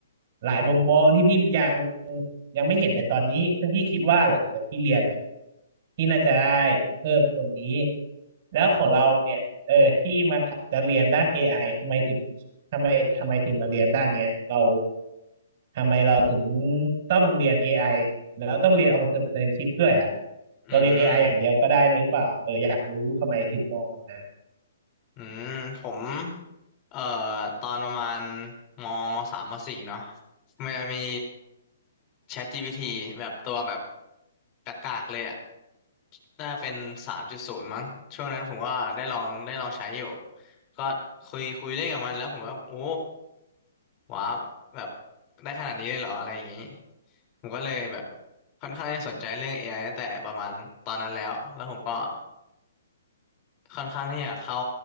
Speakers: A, on the right; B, on the left.
A: หลายมุมมองที่พี่ยังยังไม่เห็นในตอนนี้ซึ่งพี่คิดว่าหลังจากพี่เรียนเนี่ยพี่น่าจะได้เพิ่มตรงนี้แล้วของเราเนี่ยเออที่มาจะเรียนด้าน a อไอทำไมถึงทำไมทำไมถึงมาเรียนด้านเนี้ยเราทำไมเราถึงต้องเรียนเอไอ แล้วต้องเรียน alternative ด้วยอ่ะ
B: อืม
A: เราเรียน AI อไออย่างเดียวก็ได้นี่หรือเปล่าเอออยากรู้ทำไมถึงมองแบบนั้น
B: อืมผมเอ่อตอนประมาณมมสามมสี่เนาะมันจะมี ChatGPT แบบตัวแบบกากๆเลยอะ น่าเป็นสามจุดศูนย์มั้งช่วงนั้นผมก็ได้ลองได้ลองใช้อยู่ก็คุยคุยเล่นกับมันแล้วผมว่าโอ้ว้าวแบบได้ขนาดนี้เลยเหรออะไรอย่างนี้ผมก็เลยแบบค่อนข้างที่จะสนใจเรื่อง AI ตั้งแต่ประมาณตอนนั้นแล้วแล้วผมก็ค่อนข้างที่จะเข้า